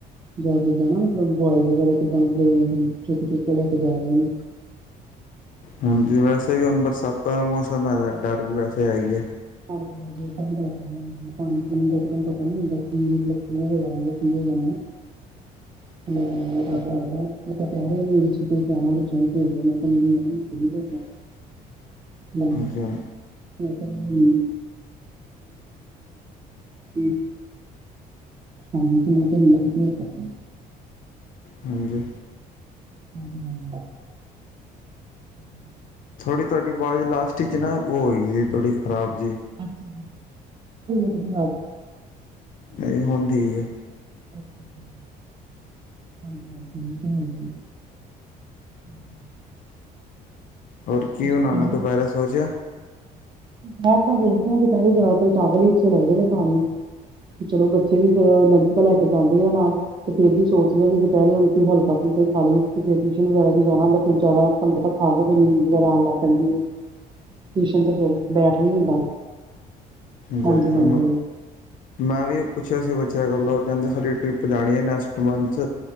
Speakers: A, on the right (about 30°); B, on the left (about 55°).
A: ਜਾਂ ਜਿੱਦਾਂ ਨਾ ਮਤਲਬ ਬੁਆਈ ਵਗੈਰਾ ਕਿੱਦਾਂਤ ਚੁਟੇ- ਚੁੱਟੇ ਲੈ ਕੇ ਜਾ ਰਹੇ ਨੇ।
B: ਹਾਂਜੀ, ਵੈਸੇ ਵੀ ਹੁਣ ਬਰਸਾਤਾਂ ਦਾ ਮੌਸਮ ਹੈਗਾ ਡਰ ਵੀ ਵੈਸੇ ਹੈ ਆਏ।
A: ਹਾਂਜੀ- <unintelligible> ਹਾਂਜੀ ਪਾਣੀੀਣੀ ਦਾੂੰ ਪਤਾ ਨੀ ਹੁੰਦਾ ਜਾ ਕੀ ਹੋ ਜਾ
B: <inaudible>
A: ਵਿ ਜਾਣਾ ਪ <unintelligible>
B: <inaudible>
A: ਹਮ,
B: ਹਾਂਜੀ ਹਾਂ
A: ਠੀ <unintelligible> ਹਾਂਜੀ, ਮੈ ਤੁਹਾਡੇ ਨਾਲ ਕਲੀਅਰ ਕਰਨੀ।
B: ਹਾਂਜੀ।
A: ਹਮ ਹਮ
B: ਥੋੜ੍ਹੀ ਤੁਹਾਡੀ ਆਵਾਜ਼ ਲਾਸਟ 'ਚ ਨਾ ਉਹ ਹੋਈ ਸੀ ਥੋੜ੍ਹੀ ਖਰਾਬ ਜੀ।
A: ਸਤੀ ਤੁਡੀ ਆਵਾਜ਼ <unintelligible>
B: ਨਹੀਂ ਹੁਣ ਠੀਕ ਹੈ।
A: ਹਾਂਜੀ- ਹਾਂਜੀ ਉਹ ਤੇ ਹੈ। ਹਮ <inaudible>
B: ਹੋਰ ਕੀ ਬਣਨਾਂ
A: ਸੁਣਾਓ
B: ਦੁਪੇਹਿਰੇ ਸੋਚਿਆ।
A: ਦੁਪਹਿਰ ਤਾਂ ਦੇਖਦੇ ਹਾਂ ਪਹਿਲੇ ਜ਼ਿਆਦਾਤਰ ਚਾਵਲ ਹੀ ਇੱਥੇ ਲੱਗਦੇ ਨੇ ਖਾਣ ਨੂੰ। ਚਲੋ, ਬੱਚੇ ਵੀ ਫਿਰ ਲੰਚ ਦਾ ਲੈ ਕੇ ਜਾਂਦੇ ਆ ਨਾਲ। ਤੇ ਫੇਰ ਵੀ ਸੋਚ ਰਹੇ ਨੇ ਦਪਹਿਰੇ ਕੋਈ ਹਲਕਾ- ਫੁਲਕੇ ਖਾ ਲਈ ਟਿਊਸ਼ਨ ਵਗੈਰਾ ਵੀ ਜਾਣਾ ਹੁੰਦਾ ਕਈ ਜ਼ਿਆਦਾ। ਬੰਦੇ ਤਾਂ ਖਾ ਕੇ ਫੇਰ ਨੀਂਦ ਵਗੈਰਾਉਣ ਲਗ ਪੈਂਦੀ ਹੈ। ਟਿਊਸ਼ਨ ਤੇ ਫੇਰ ਬੈਠ ਨਹੀ ਹੁੰਦਾ।
B: ਜ
A: ਹਾਂਜੀ ਹਾਂਜੀ
B: ਮ
A: ਹਾਂਜੀ
B: ਮੈਂ ਵੀ ਪੁੱਛਿਆ ਸੀ ਬੱਚਿਆਂ ਕੋਲੋਂ ਕਹਿੰਦੇ, ਸਾਡੀ ਟਰਿਪ ਜਾਣੀ ਹੈ ਨੈਕਸਟ ਸਟ ਮੰਥ।